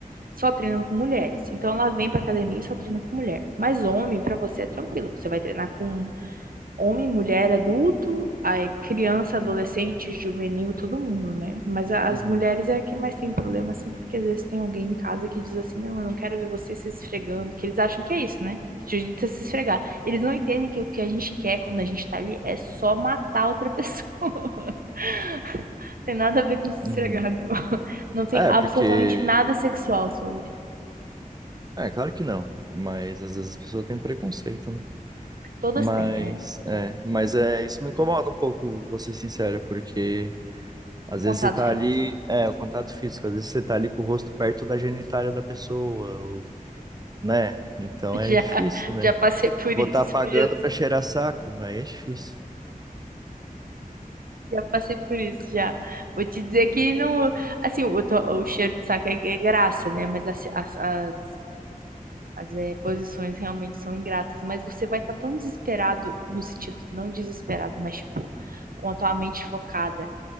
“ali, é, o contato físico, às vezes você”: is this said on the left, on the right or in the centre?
Right